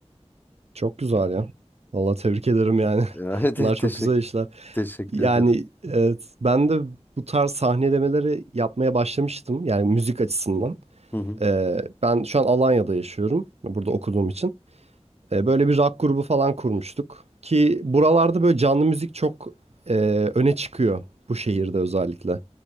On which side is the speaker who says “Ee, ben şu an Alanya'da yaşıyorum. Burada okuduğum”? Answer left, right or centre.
Right